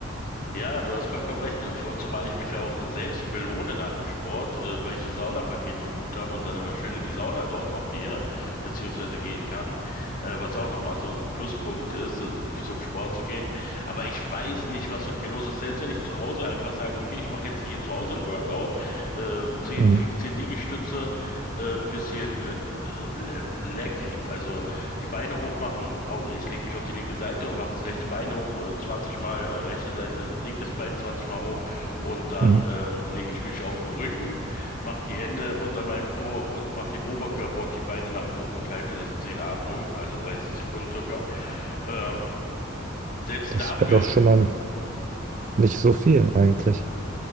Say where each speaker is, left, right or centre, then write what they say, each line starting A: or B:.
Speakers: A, on the left; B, on the right.
A: Ja, du hast vollkommen recht. äh, vor- Zumal ich mich ja auch selbst belohne nach dem Sport, äh, weil ich das Saunapaket gebucht habe und dann immer schön in die Sauna dort noch gehe, beziehungsweise gehen kann, äh, was auch nochmal so ein Pluspunkt ist, also wie- zum Sport zu gehen. Aber ich weiß nicht, was mit mir los ist. Selbst wenn ich zu Hause einfach sage, okay, ich mache jetzt hier zu Hause ein Workout, äh, 10,
B: Mhm.
A: 15 Liegestütze, äh, ein bisschen äh, Leg, also die Beine hoch machen. Au- Ich lege mich auf die linke Seite und mache das rechte Bein hoch, äh, 20 Mal, äh, rechte Seite, linkes Bein 20 Mal hoch und dann
B: Mhm.
A: ähm, lege ich mich auf den Rücken, mache die Hände unter meinem Po und mache den Oberkörper und die Beine nach oben und halte das 10 Atmung, also 30 Sekunden circa. Ähm, selbst
B: Das
A: dafür,
B: wäre doch schon mal nicht so viel eigentlich,